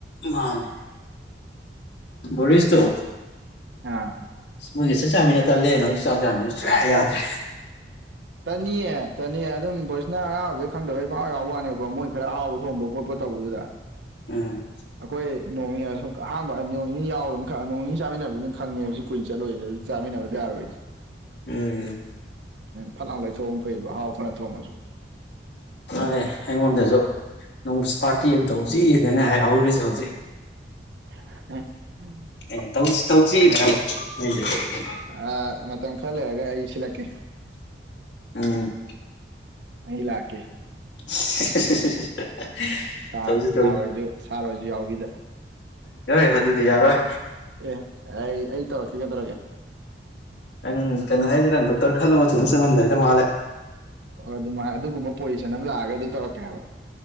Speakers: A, on the left (about 75°); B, on the right (about 70°).
A: ꯃꯥꯅꯦ ꯕꯣꯔꯤꯁ ꯇꯣ
B: ꯑꯥ
A: ꯃꯣꯏꯒ ꯆꯥꯛ ꯆꯥꯃꯤꯅ ꯇꯜꯂꯦ ꯅ ꯍꯧꯁꯨ ꯆꯥꯛ ꯆꯥꯃꯤꯅ ꯆꯦ ꯁꯨꯌꯥ ꯌꯥꯗ꯭ꯔꯦ
B: ꯇꯟꯅꯤꯌꯦ ꯇꯅꯤꯌꯦ ꯑꯗꯨꯝ ꯕꯣꯔꯤꯁꯅ ꯑꯉꯥꯡ ꯑꯣꯏꯕꯩ ꯈꯪꯗꯕꯩ ꯄꯪꯌꯥꯎ ꯌꯥꯎꯕꯩ ꯋꯥꯅꯦꯕꯀꯣ ꯃꯣꯏ ꯈꯔ ꯍꯥꯎꯕ ꯊꯣꯡꯕ ꯈꯣꯠꯄ ꯇꯧꯕꯗꯨꯗ
A: ꯎꯝ
B: ꯑꯩꯈꯣꯏ ꯅꯣꯡꯅꯤ ꯑꯍꯥꯟꯕ ꯅꯣꯡ ꯅꯤ ꯌꯥꯎꯔ ꯑꯗꯨꯝ ꯈ ꯅꯣꯡ ꯅꯤ ꯆꯥꯃꯤꯟꯅꯕꯗꯨ ꯑꯗꯨꯝ ꯈꯪꯉꯕ ꯁꯤ ꯀꯨꯏꯟ ꯆꯠꯂꯣꯏꯁꯤꯗ ꯆꯥꯃꯤꯟꯅꯕ ꯌꯥꯔꯣꯏꯁꯦ
A: ꯎꯝ
B: ꯐꯠꯂꯥꯡ ꯂꯩꯊꯣꯛ ꯐꯩꯕ ꯑꯍꯥꯎ ꯐꯅ ꯊꯣꯡꯉꯁꯨ
A: ꯃꯥꯅꯦ ꯑꯩꯉꯣꯟꯗꯁꯨ ꯅ ꯄꯥꯔꯇꯤ ꯑꯃ ꯇꯧꯁꯤꯛꯗꯅꯦ ꯍꯥꯏꯍꯧꯔꯤꯁꯦ ꯍꯧꯖꯤꯛ
B: <unintelligible>
A: ꯑꯩꯅꯥ ꯇꯧꯁꯤ <unintelligible>
B: ꯑꯥ ꯃꯇꯝ ꯈꯥꯂꯩꯔꯥꯒ ꯑꯩ ꯁꯤꯂꯛꯀꯦ
A: ꯎꯝ
B: ꯑꯩ ꯂꯛꯀꯦ
A: <unintelligible>
B: ꯁꯥ ꯁꯥꯔ
A: ꯇꯧꯁꯤ
B: ꯍꯣꯏꯁꯨ ꯁꯥꯔ ꯍꯣꯏꯁꯨ ꯌꯥꯎꯕꯤꯗ
A: <unintelligible> ꯑꯗꯨꯗꯤ ꯌꯥꯔꯣꯏ
B: ꯑꯦ ꯑꯩ ꯑꯩ ꯇꯧꯔꯛꯈꯤꯀꯗꯧꯔꯒꯦ
A: ꯅꯪ ꯀꯩꯅꯣ ꯍꯥꯏꯁꯦ ꯅꯪ ꯗꯣꯛꯇꯔ ꯈꯜꯂ ꯃꯊꯨꯡ ꯆꯪꯉꯝꯗꯏꯗ ꯃꯥꯜꯂꯦ
B: ꯑꯣ ꯑꯗꯨꯃꯥꯏꯅ ꯑꯗꯨꯒꯨꯝꯕ ꯄꯣꯖꯤꯁꯟ ꯑꯃ ꯂꯥꯛꯑꯒꯗꯤ ꯇꯧꯔꯛꯀꯦꯍꯥꯏꯕꯥ